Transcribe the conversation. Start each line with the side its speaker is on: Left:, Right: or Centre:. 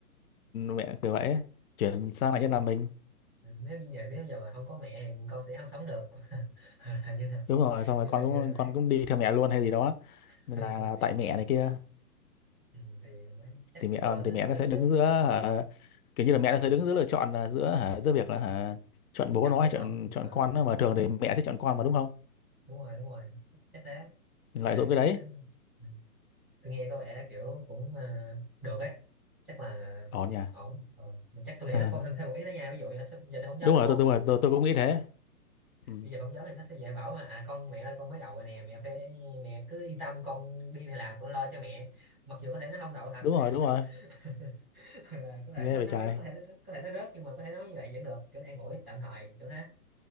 Left: mẹ kiểu vậy ấy. chuyển sang
Centre: ừ.
Left: lại nhất là mình
Centre: ừ, nếu như giờ nếu giờ mà không có mẹ thì con sẽ không sống được <laughs> như nào
Left: đúng rồi xong rồi
Centre: như
Left: con
Centre: nào
Left: cũng
Centre: như nào đấy
Left: con cũng đi theo mẹ luôn hay gì đó
Centre: <laughs>
Left: nên là, là tại mẹ này kia
Centre: ừ, thì mới chắc
Left: thì mẹ
Centre: hoặc
Left: ờ,
Centre: là
Left: thì mẹ
Centre: nó kiểu
Left: nó sẽ
Centre: nó sẽ
Left: đứng giữa
Centre: ờ,
Left: hả, kiểu như là mẹ nó
Centre: ờ,
Left: sẽ đứng giữa lựa chọn là giữa hả, giữa việc là hả, chọn bố
Centre: chồng
Left: nó
Centre: với
Left: hay chọn
Centre: con
Left: chọn
Centre: Ờ,
Left: con
Centre: chồng
Left: nó mà
Centre: với
Left: thường
Centre: con
Left: thì mẹ sẽ chọn con
Centre: ừ,
Left: mà đúng không
Centre: đúng rồi đúng rồi chắc thế
Left: Mình lợi
Centre: giờ
Left: dụng
Centre: chắc
Left: cái đấy
Centre: nó đang ừ. tôi nghe có vẻ kiểu cũng à, được ấy chắc là
Left: ổn nhỉ
Centre: ổn ờ. mình chắc tôi nghĩ
Left: <laughs>
Centre: là con thêm thêm một ý nữa nha ví dụ giờ, sắp- giờ đi phỏng vấn
Left: đúng
Centre: đúng
Left: rồi
Centre: không
Left: tôi tôi tôi tôi cũng nghĩ thế ừ.
Centre: bây giờ phỏng vấn thì nó sẽ dễ bảo mà à con mẹ ơi con mới đậu rồi nè mẹ phải mẹ cứ yên tâm con đi này làm con lo cho mẹ mặc dù có thể nó không đậu thật
Left: đúng rồi
Centre: <laughs>
Left: đúng rồi
Centre: Hoặc là có thể
Left: ghê vậy
Centre: nó
Left: trai
Centre: nó- có thể nó có thể nó rớt nhưng mà có thể nói như vậy vẫn được kiểu nó an ủi tạm thời kiểu thế